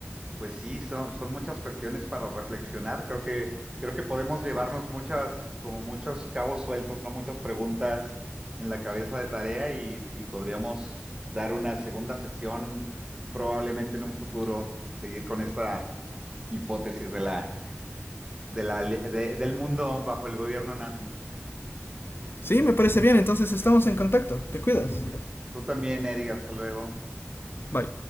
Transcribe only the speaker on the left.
Sí, me parece bien, entonces estamos en contacto. Te cuidas.
Bye.